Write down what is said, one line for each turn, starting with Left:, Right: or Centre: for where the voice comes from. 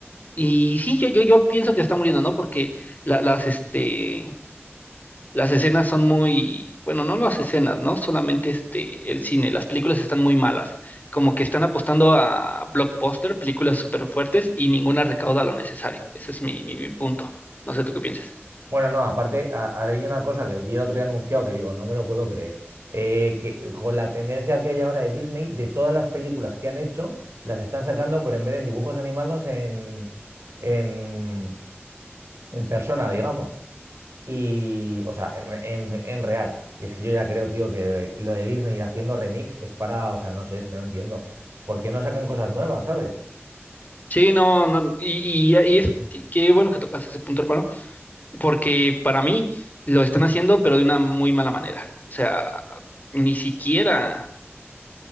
Left: Y sí, yo, yo, yo pienso que está muriendo, ¿no? Porque la- las, este, Las escenas son muy, bueno, no las escenas, ¿no? Solamente este, el cine, las películas están muy malas, como que están apostando a blockbuster, películas súper fuertes y ninguna recauda lo necesario. Ese es mi, mi, mi punto. No sé tú qué piensas.
Right: Bueno, no, aparte, a- ahora hay una cosa que vi el otro día anunciado que digo, no me lo puedo creer. eh, que con la tendencia que hay ahora de Disney, de todas las películas que han hecho, las están sacando, pero en vez de en dibujos animados, en, en, en persona, digamos. Y, o sea, en, en- en real. Y es que yo ya creo, tío, que lo de Disney haciendo remix es para, o sea, no sé, es que no entiendo. ¿Por qué no sacan cosas nuevas, sabes?
Left: Sí, no, no, y, y, y es, qué bueno que tocas ese punto, hermano, porque para mí lo están haciendo, pero de una muy mala manera. O sea, ni siquiera